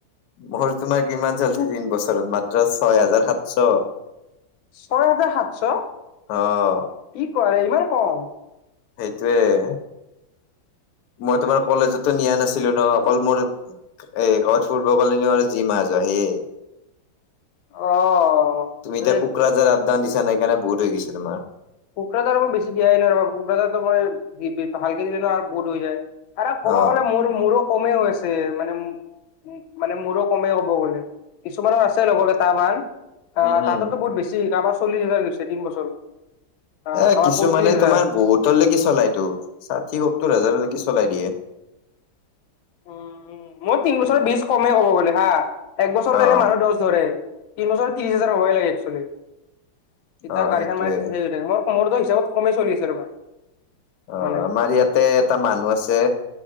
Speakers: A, on the left; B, on the left.
A: মোৰ তোমাৰ কিমান জল্দি তিন বছৰত মাত্ৰ ছয় হাজাৰ সাতশ।
B: ছয় হাজাৰ সাতশ,
A: অ',
B: কি কোৱা ৰে ইমান কম?
A: সেইটয়ে, মই তোমাৰ কলেজত নিয়া নাছিলো ন, অকল মোৰ এ গাঁৱত ফুৰিব গ'লে ফুৰিব নিওঁ আৰু যি মাহ যায় সেয়ে। <inaudible>
B: অ'।
A: তুমি এতিয়া
B: এ
A: কোকৰাঝাৰ আপ ডাউন দিছা না সেইকাৰণে বহুত হৈ গৈছে তোমাৰ।
B: কোকৰাঝাৰ আমাৰ বেছি দিয়াই নাই ৰবা, কোকৰাঝাৰতো মই <unintelligible> হাইৱে দি নিলে আৰু বহুত হৈ যায়। এতা ক'ব
A: অ',
B: গ'লে মোৰ মোৰো কমেই হৈছে মানে মানে মোৰো কমেই ক'ব গ'লে, কিছুমানৰ আছে লগৰ কেইটা বাইক আহ,
A: উম, উম।
B: তাহাতৰতো বহুত বেছি কাৰবাৰ চল্লিছ হাজাৰ গৈছে তিন বছৰত। আহ
A: এ
B: কাৰোবাৰ
A: কিছুমানে
B: পঁয়ত্ৰিশ হাজাৰ
A: তোমাৰ বহুতলৈকে চলাইতো ষাঠি সত্তৰ হাজাৰলৈকে চলাই দিয়ে।
B: উম, উম, মই তিন বছৰ বিজ কমেই ক'ব গ'লে হা এক বছৰ
A: অ',
B: কাৰণে মানুহ দছ ধৰে। তিন বছৰ ত্ৰিশ হাজাৰ হ'বাই লাগে একচোৱেলি, তেতিয়া
A: অ',
B: গাডীখন
A: সেইটোয়ে।
B: মানে থিকে হৈ থাকে, মোৰ মোৰতো হিচাপত কমেই চলি আছে ৰবা।
A: অ',
B: মানে
A: আমাৰ ইয়াতে এটা মানুহ আছে